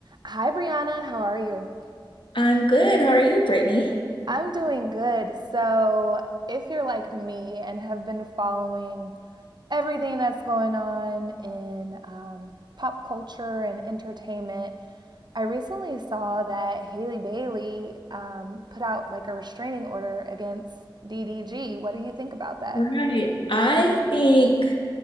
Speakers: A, on the right; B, on the left.
A: Hi, Brianna. How are you?
B: I'm good. How are you, Brittany?
A: I'm doing good. So, if you're like me and have been following everything that's going on in um, pop culture and entertainment, I recently saw that Haley Bailey um, put out like a restraining order against DDG. What do you think about that?
B: Right. I think